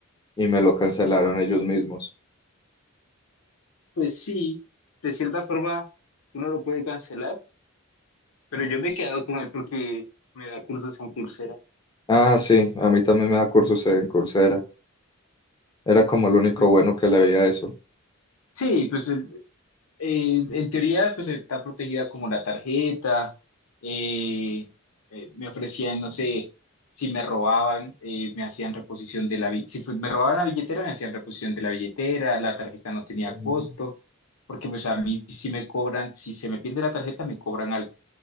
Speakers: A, on the left; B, on the left.
A: y me lo cancelaron ellos mismos.
B: Pues sí, de cierta forma uno lo puede cancelar, pero yo me he quedado con él porque me da cursos en Coursera.
A: Ah, sí, a mí también me da cursos en Coursera, era como lo único
B: Pues
A: bueno que le veía a eso.
B: sí, pues eh, eh, en teoría, pues está protegida como la tarjeta. eh, eh, me ofrecían, no sé, si me robaban, eh, me hacían reposición de la billetera. Si fue- me robaban la billetera, me hacían reposición de la billetera. La tarjeta no tenía
A: Ujú.
B: costo, porque pues a mí si me cobran, si se me pierde la tarjeta, me cobran algo.